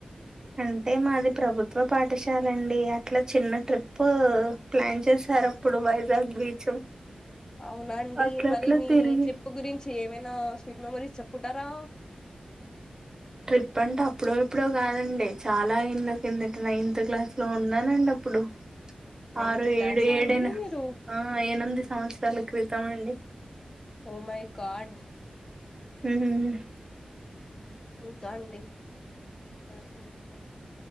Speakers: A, on the right (about 25°); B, on the left (about 30°).
A: అంటే మాది ప్రభుత్వ పాఠశాల అండి అట్లా చిన్న ట్రిప్పు ప్లాన్ చేసారు. అప్పుడు వైజాగ్ బీచ్
B: అవునా అండి.
A: అట్లట్లా
B: మరి మీ
A: తిరిగి
B: ట్రీప్పు గురించి ఏమైనా స్వీట్ మెమరీస్ చెప్కుంటారా.
A: ట్రిప్ అంటే అప్పుడో ఎప్పుడో కాదండి. చాలా ఏళ్ల కిందట నైన్త్ క్లాస్ లో ఉన్నానండి అప్పుడు.
B: నైన్త్
A: ఆరు,
B: క్లాసా
A: ఏడు ఏడేను
B: అండి మీరు
A: ఆ ఏనంది సంవత్సర్ లా క్రితామండి.
B: ఓ మై గాడ్
A: ఉహ్మ్
B: ఇంకా అండి. <inaudible>